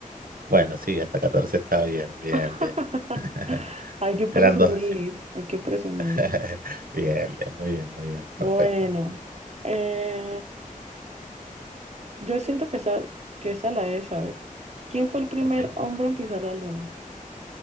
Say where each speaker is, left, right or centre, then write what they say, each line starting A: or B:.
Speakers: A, on the right (about 85°); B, on the right (about 50°).
A: Bueno, sí, hasta catorce está bien, bien,
B: <laughs>
A: bien. <laughs>
B: Hay que presumir,
A: Eran dos decimales.
B: hay que presumir.
A: <laughs> Bien, bien, muy bien, muy bien,
B: Bueno,
A: perfecto.
B: eh, yo siento que esa, que esa la debes saber. ¿Quién fue el primer
A: ¿ok?
B: hombre en pisar la luna?